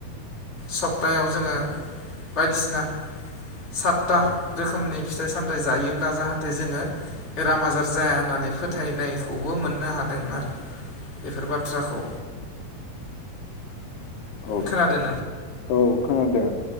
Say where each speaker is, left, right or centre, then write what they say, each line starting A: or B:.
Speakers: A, on the left (about 20°); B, on the left (about 85°).
A: सप्तायाव जोङो बायदिसिना साथता रोखोमनि फिथाइ सामथाइ जायोब्ला जाहाथे जोङो बेराम आजार जाया होननानै फोथायनायखौबो मोननो हादों। दों आरो बेफोर बाथ्राखौ
B: औ
A: खोनादों
B: औ खोनादों।